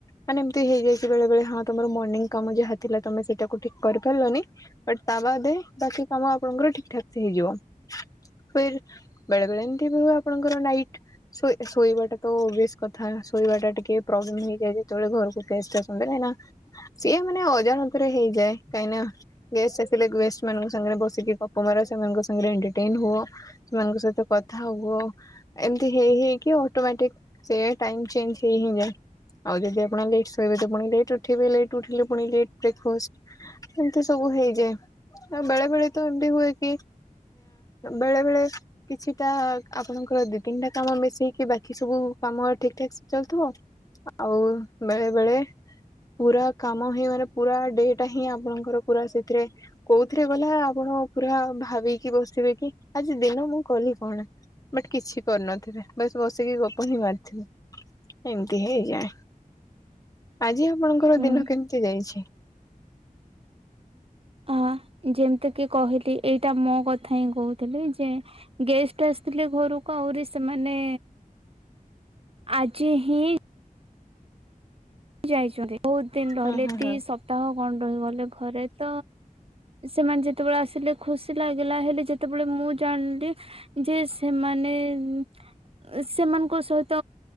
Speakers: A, on the left; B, on the right.
A: ମାନେ ଏମିତି ହେଇଯାଏ କି ବେଳେ ବଳେ ହଁ ତମର ମର୍ଣିଂ କାମ ଯାହା ଥିଲା ତମେ ସେଇଟାକୁ ଠିକ କରିପାରିଲନି ବଟ୍ ତା ବାଦ ବାକି କାମ ଆପଣଙ୍କର ଠିକ୍ ଠାକ ସେ ହେଇଯିବ ଫର୍ ବେଳେ ବଳେ ଏମିତି ଆପଣଙ୍କର ନାଇଟ୍ ଶୋଇ ଶୋଇବା ଟ ତ ବସ୍ କର ଶୋଇବା ଟା ଟିକେ ପ୍ରୋବ୍ଲେମ ହେଇଯାଏ ଯେତେବେଳେ ଘରକୁ ଗେଷ୍ଟ ଆସନ୍ତିନି ନା ସିଏ ମାନେ ଅଜାଣତରେ ହେଇଯାଏ କାହିଁନା ଗେଷ୍ଟ ଆସିଲେ ଗେଷ୍ଟ ମାନଙ୍କ ସାଙ୍ଗରେ ବସିକି ଗପ ମାର ସେମାନଙ୍କ ସାଙ୍ଗରେ ଏଟରଟ ହୁଅ ସେମାନଙ୍କ ସହିତ କଥା ହୁଅ, ଏମତି ହେଇ ହେଇକି ଅଟୋମଟିକ ହେୟା ଟାଇମ ଚେଞ ହେଇହିଁଯାଏ ଆଉ ଯଦି ଆପଣଯଦି ଲେଟଶୋଇବେ ଲେଟ ଉଠିବେ ଲେଟ ଉଠିଲେ ପୁଣି ଲେଟ ବ୍ରେକଫାଷ୍ଟ ଏମତି ସବୁ ହେଇଯାଏ ଆଉ ବେଳେ ବେଳେ ତ ଏମିତି ହୁଏ କି ବେଳେ ବେଳେ କିଛିଟା ଆପଣଙ୍କର ଦି ତିନିଟା କାମ ମିଶେଇକି ବାକି ସବୁ କାମ ଠିକ ଠାକ ସେ ଚାଲୁଥିବ ଆଉ ବେଳେ ବେଳେ ପୁରା କାମ ହିଁ ମାନେ ପୁରା ଡେଟା ହିଁ ଆପଣଙ୍କର ପୁରା ସେଥିରେ କୋଉଥିରେ ଗଲା ଆପଣ ପୁରା ଭାବି କି ବସିଥିବେ କି ଆଜି ଦିନ ମୁଁ କଲି କଣ? ବଟ୍ କିଛି କରିନଥିବେ ବସ୍ ବସିକି ଗପ ହିଁ ମାରିଥିବେ ଏମିତି ହେଇଯାଏ ଆଜି ଆପଣଙ୍କର
B: ହୁଁ।
A: ଦିନ କେମିତି ଯାଇଛି? <inaudible>
B: ଆଁ ଯେମିତି କି କହିଲି ଏଇଟା ମୋ କଥା ହିଁ କହୁଥିଲି ଯେ ଗେଷ୍ଟ ଆସିଥିଲେ ଘରୁକୁ କହୁରି ସେମାନେ ଆଜି ହିଁ ଯାଇଛନ୍ତି। ବହୁତ ଦିନ ରହିଲେ
A: ହୁଁ ହୁଁ
B: ଦି
A: ହୁଁ।
B: ସପ୍ତାହ କଣ ରହିଗଲେ ଘରେ ତ ସେମାନେ ଯେତେବେଳେ ଆସିଲେ ଖୁସି ଲାଗିଲା ହେଲେ ଯେତେବେଳେ ମୁଁ ଜାଣିଲି ଯେ ସେମାନେ ହୁଁ ସେମାନଙ୍କ ସହିତ